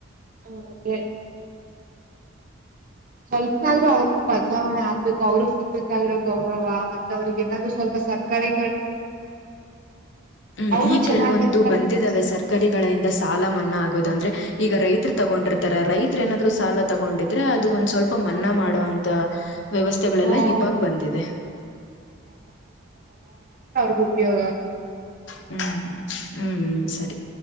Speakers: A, on the right; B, on the left.
A: ಹ್ಮ್ ಅದೇ ಸ್ವಲ್ಪನಾದ್ರೂ ಅವ್ರ್ಗೂ ಬದಲಾವಣೆ ಆಗ್ಬೇಕು ಅವ್ರಗ್ ಸಿಗ್ಬೇಕಾಗಿರೋ ಗೌರವ ಮತ್ತೆ ಅವ್ರಿಗೇನಾದ್ರೂ ಸ್ವಲ್ಪ ಸರ್ಕಾರಿ
B: ಹ್ಮ
A: ಅವರು
B: ಈ
A: ಚೆನ್ನಾಗಿರ್ತಾರೆ.
B: ಕೆಲ್ವೊಂದು ಬಂದಿದ್ದಾವೆ ಸರ್ಕಾರಿಗಳಿಂದ ಸಾಲ ಮನ್ನಾ ಆಗೋ ತ್ತು ಅಂದ್ರೆ ಈಗ ರೈತರು ತಗೊಂಡಿರ್ತಾರ ರೈತ್ರು ಏನಾದ್ರು ಸಾಲ ತಗೊಂಡಿದ್ರೆ ಅದು ಒಂದ್ ಸ್ವಲ್ಪ್ ಪ ಮನ್ನ ಮಾಡೋವಂತ ವ್ಯವಸ್ಥೆಗಳೆಲ್ಲ
A: ಹ್ಮ
B: ಇವಾಗ ಬಂದಿದೆ.
A: ಗು ಉಪ್ಯೋಗ ಆಗು
B: ಹ್ಮ್ ಹ್ಮ್ ಸರಿ.